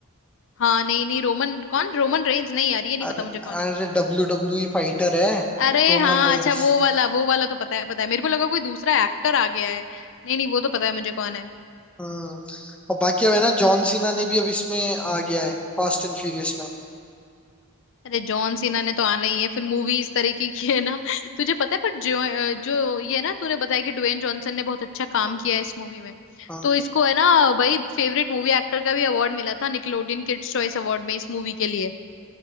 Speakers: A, on the left; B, in the centre.
A: हाँ नहीं नहीं रोमन कौन रोमन रेंज नहीं यार ये नहीं
B: अरे
A: पता मुझे कौन
B: अरे
A: है
B: डब्ल्यू डब्ल्यू ई फाइटर है
A: अरे
B: रोमन
A: हाँ
B: रेंस
A: अच्छा वो वाला वो वाला तो पता है पता है मेरे को लगा कोई दूसरा एक्टर आ गया है नहीं नहीं वो तो पता है मुझे कौन है
B: हम्म और बाकी अब है ना जॉन सीना ने भी अब इसमें आ गया है फास्ट एंड फ्यूरियस में
A: अरे जॉन सीना ने तो आना ही है फिर मूवी इस तरीके की है ना <laughs> तुझे पता है पर जो जो ये ना तूने बताया कि ड्वेन जॉनसन ने बहुत अच्छा काम किया है इस मूवी में
B: हम्म।
A: तो इसको है ना भाई फेवरेट मूवी एक्टर का भी अवार्ड मिला था निकलोडियन किड्स चॉइस अवार्ड में इस मूवी के लिए